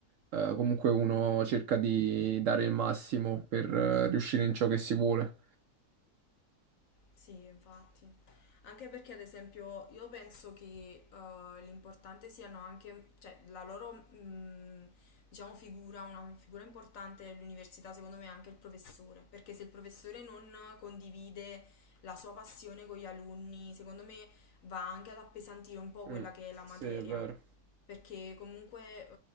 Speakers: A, on the right; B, on the left.
A: eh, comunque uno cerca di dare il massimo per eh, riuscire in ciò che si vuole.
B: Sì, infatti. Anche perché, ad esempio, io penso che eh, l'importante siano anche, cioè, la loro, mh, diciamo, figura, una figura importante dell'università, secondo me, è anche il professore. Perché se il professore non condivide la sua passione con gli alunni, secondo me va anche ad appesantire un po'
A: Mm.
B: quella che è la
A: Sì,
B: materia.
A: è vero.
B: Perché comunque eh,